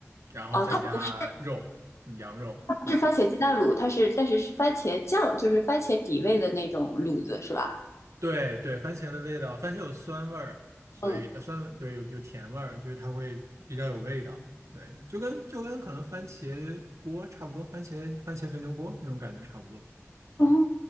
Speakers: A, on the right; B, on the left.
A: 然后再加肉，
B: 哦，它不是
A: 嗯羊肉，
B: 不是番茄鸡蛋卤，
A: 嗯。
B: 它是但是是番茄酱，就是番茄底味的那种卤子，是吧？
A: 对对，番茄的味道，番茄有酸味儿，所以呃酸味对有有甜味儿，
B: 嗯。
A: 就是它会比较有味道，对，就跟就跟可能番茄锅差不多，番茄番茄肥牛锅那种感觉差不多啊，
B: 哦，